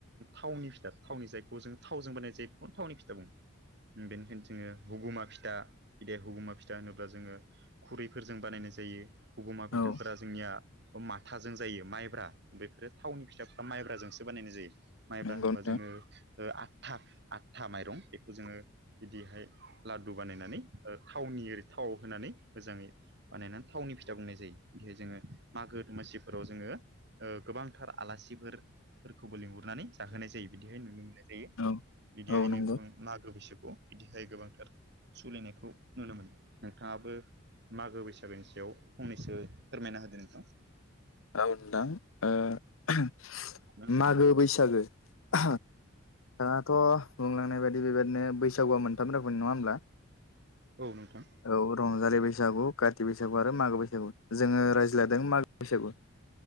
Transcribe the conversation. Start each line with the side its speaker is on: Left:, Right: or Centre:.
Right: थावनि फिथा थावनि जायखौ जों थावजों बानायनाय जायो बेखौनो थावनि फिथा बुङो। बेनिखायनो जोङो हगुमा फिथा बिदि हगुमा फिथा होनोब्ला जोङो खुरैफोरजों बानायनाय जायो हगमा
Left: औ
Right: फैथाफोरा जोंनिया माथाजों जायो माइब्रा बेफोरो थावनि फिथाफ्रा माइब्राजोंसो बानायनाय जायो। माइब्रा
Left: नंगौ
Right: होनोबा
Left: नोंथां
Right: जोङो ओ आदथा, आदथा माइरं बेखौ जोङो बिदिहाय लाद्दु बानायनानै ओ थावनि ओ थाव होनानै मोजाङै बानायनानै थावनि फिथा बुंनाय जायो। खि जोङो मागो-दमासिफोराव जोङो ओ गोबांथार आलासिफोर-फोरखौबो लिंहरनानै जाहोनाय जायो, बिदिहाय नुनो मोनो। जायो
Left: औ
Right: बिदिहायनो
Left: औ नंगौ
Right: गोबां मागो बैसागुआव बिदिहाय गोबांथार सलिनायखौ नुनो मोनो। नोंथाङाबो मागो-बैसागोनि सायाव फंनैसो फोरमायना होदो नोंथां।
Left: औ नोंथां ओ
Right: ना नोंथां
Left: मागो-बैसागो थ' बुंलांनाय बायदि बेबायाददिनो बैसागुआ मोनथाम रोखोमनि। नङा होमब्ला?
Right: औ, नोंथां।
Left: औ रंजालि बैसागु, काति बैसागु आरो मागो बैसागु। जोङो रायज्लायदों मागो बैसागु।